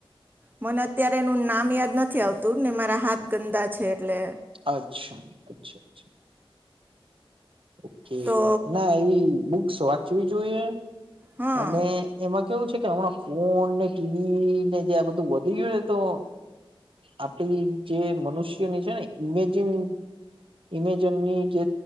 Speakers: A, on the right; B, on the right.
A: મને અત્યારે એનું નામ યાદ નથી આવતું ને મારા હાથ ગંદા છે એટલે
B: અચ્છા અચ્છા અચ્છા ઓકે
A: તો
B: ના એવી બુક્સ વાંચવી જોઈએ
A: હા
B: અને એમાં કેવું છે, કે હમણાં ફોન ને ટીવી ને જે આ બધું વધી ગયું ને, તો આપડી જે મનુષ્ય છે, ને ઇમેજિન ઇમેજનની જે